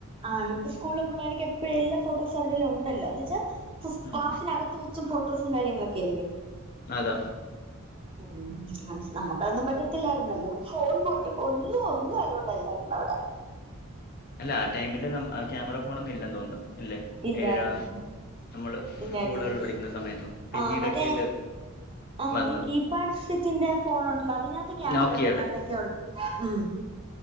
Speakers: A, on the right; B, on the left.
A: ആണ് ഇപ്പോ സ്കൂളില് പിള്ളേരൊക്കെ എപ്പഴും എല്ലാ ഫോട്ടോസും അവരേല് ഒണ്ടല്ലോ എന്ന് വെച്ചാ
B: ഉം
A: ക്ലാസ്സിനകത്ത് ത്ത് വെച്ചും ഫോട്ടോസും കാര്യങ്ങളൊക്കെ അല്ലേ.
B: അതാ
A: ഉം മനസ് നമ്മക്കതൊന്നും പറ്റത്തില്ലായിരുന്നല്ലോ ഫോൺ പോയിട്ട് ഒന്നും ഒന്നും അലൗഡല്ലായിരുന്നു അവടെ
B: <inaudible> അല്ലാ ആ ടൈമില് നമ് ആഹ് ക്യാമറ ഫോണൊന്നും ഇല്ലെന്ന് തോനുന്നു അല്ലേ
A: ഇല്ലായിരുന്നു
B: ഏഴാം നമ്മള്
A: ഇല്ലായിരുന്നില്ല
B: സ്കൂളുകളിൽ പഠിക്കുന്ന സമയത്തൊന്നും പിന്നീടൊക്കെ
A: ആഹ് മറ്റേ
B: ഇത്
A: ആ
B: വന്നത്
A: മറ്റേ കീപാഡ് സെറ്റിന്റെ ഫോൺ ഉണ്ടല്ലോ അതിനകത്ത് ക്യാമറ
B: നോക്കിയേടെ
A: ഉള്ളത് വേണ്ടൊക്കെയ ഉള്ളൂ ഉം